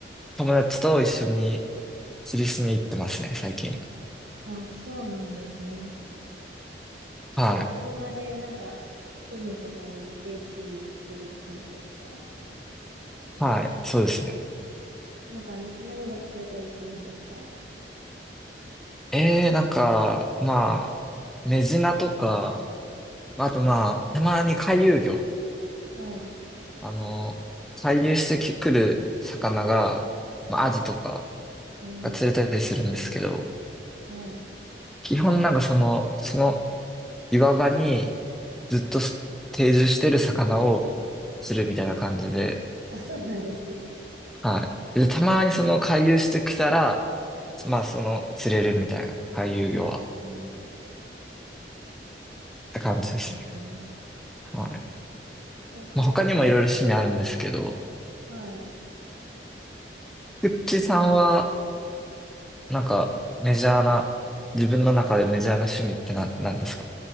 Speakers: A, in the centre; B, on the right.
A: 友達と一緒に釣りしに行ってますね、最近。
B: あ、そうなんですね。
A: はい。
B: じゃあ、車でなんか海とかに行って釣りするって感じですか
A: はい。そうですね。
B: なんか何が釣れたりするんですか
A: えー、なんか、まあ、メジナとか、あとまあ、たまに回遊魚。
B: はい。
A: あの、回遊してくる魚が、まあ、アジとか
B: へえ、
A: が釣れたりするんですけど、
B: はい。
A: 基本なんかその、その岩場にずっとす定住してる魚を釣るみたいな感じで、
B: あ、そうなんですね。
A: はい。で、たまにその回遊してきたら、まあその釣れるみたいな、回遊魚は、
B: へえ、
A: って感じですね。
B: そうなんですね。
A: はい。
B: え、それ、
A: まあ他にもいろいろ趣味あるんですけど、
B: はい。
A: くっちさんは、なんかメジャーな、自分の中でメジャーな趣味ってな、なんですか